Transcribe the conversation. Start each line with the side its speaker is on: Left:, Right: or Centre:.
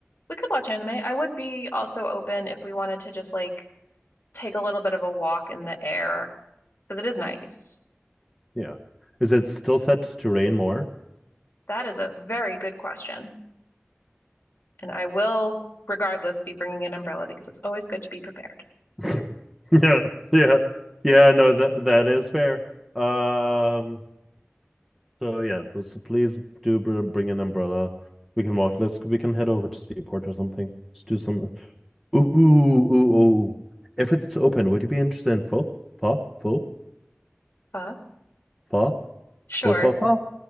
Left: We could watch anime. I would be also open if we wanted to just like take a little bit of a walk in the air because it is nice.
Centre: Yeah. Is it still set to rain more?
Left: That is a very good question. And I will, regardless, be bringing an umbrella because it's always good to be prepared.
Centre: <laughs> yeah, yeah, yeah. No, that that is fair. Um. So yeah, so please do br- bring an umbrella. We can walk. Let's we can head over to Seaport or something. Let's do some Ooh, ooh, ooh. If it's open, would you be interested in pho? Pho? Pho?
Left: Uh,
Centre: Pho?
Left: sure.
Centre: Pho? Pho? Pho?